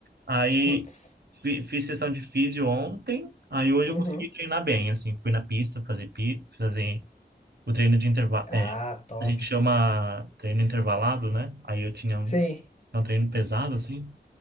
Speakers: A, on the right; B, on the left.
A: Aí
B: Putz.
A: fi- fiz sessão de físio ontem, aí hoje
B: Uhum.
A: eu consegui treinar bem, assim. Fui na pista fazer, pi- fazer o treino de intervalo.
B: Ah,
A: É,
B: top.
A: a gente chama treino intervalado, né? Aí eu tinha um,
B: Sim.
A: é um treino pesado, assim.